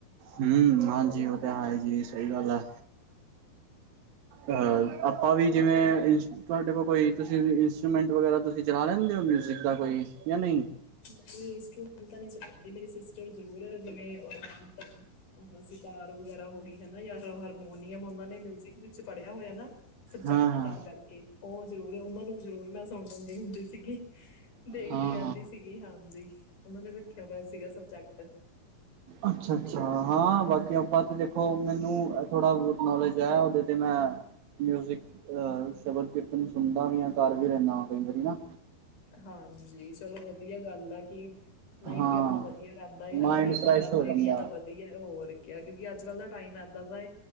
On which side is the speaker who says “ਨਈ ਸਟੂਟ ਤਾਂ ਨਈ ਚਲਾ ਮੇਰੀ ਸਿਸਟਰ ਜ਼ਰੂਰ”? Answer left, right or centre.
Left